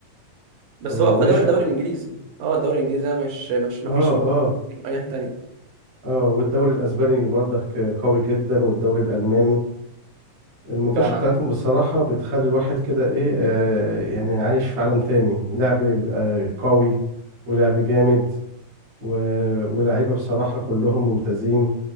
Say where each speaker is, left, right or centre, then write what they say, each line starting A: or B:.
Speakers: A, on the right (about 75°); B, on the right (about 45°).
A: بس
B: اه وليش
A: هو أقوى دوري الدوري
B: اه
A: الإنجليزي أه الدوري الإنجليزي ده مش مش مفيش
B: اه
A: مقارنة كتير أي حاجة تانية
B: اه والدوري الاسباني برضك قوي جدا والدوري الالماني
A: مم.
B: المطوشه
A: فعلا
B: بتاعتهم بصراحه بتخلي الواحد كده ايه آه يعني عايش في عالم تاني لعب بيبقى قوي ولعب جامد و... ولاعيبه بصراحه كلهم ممتازين